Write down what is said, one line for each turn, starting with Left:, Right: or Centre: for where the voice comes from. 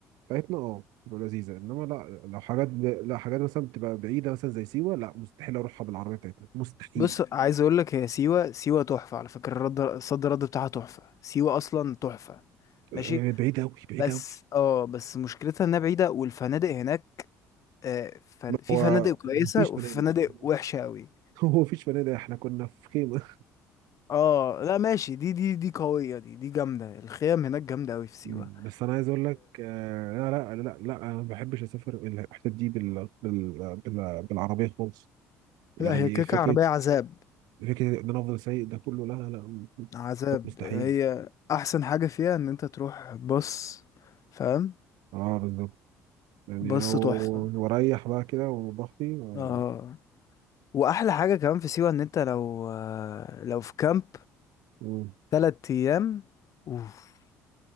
Right: بتاعتنا اه تبقى لذيذة انما لا لو حاجات لا حاجات مثلا بتبقى بعيدة مثلا زي سيوة لا مستحيل اروحها بالعربية بتاعتنا مستحيل
Left: بص عايز اقول لك هي سيوة سيوة تحفة على فكرة الرد صد رد بتاعها تحفة سيوة اصلا تحفة ماشي
Right: آه، بعيدة أوي بعيدة
Left: بس
Right: أوي
Left: اه بس مشكلتها انها بعيدة والفنادق هناك آه فن... في
Right: هو
Left: فنادق
Right: هو
Left: كويسة
Right: مفيش
Left: وفي
Right: فنادق
Left: فنادق
Right: أصلاً.
Left: وحشة قوي
Right: <laughs> هو مفيش فنادق احنا كنا في خيمة
Left: اه لا ماشي دي دي دي قوية دي دي جامدة الخيام هناك جامدة قوي في سيوة
Right: مم. بس انا عايز اقول لك آه لا لا لا لا انا ما بحبش اسافر الحتت دي بال... بال... بال... بالعربيه خالص يعني
Left: لا هي كيكة
Right: فكره
Left: عربية عذاب
Right: فكره ان انا افضل سايق ده كله لا لا لا
Left: عذاب
Right: ده مستحيل
Left: هي أحسن حاجة فيها إن أنت تروح بص فاهم
Right: اه بالظبط يعني
Left: بص
Right: او
Left: تحفة
Right: واريح بقى كده وضغطي و-
Left: اه وأحلى حاجة كمان في سيوة إن أنت لو لو في كامب
Right: مم.
Left: تلات أيام أوف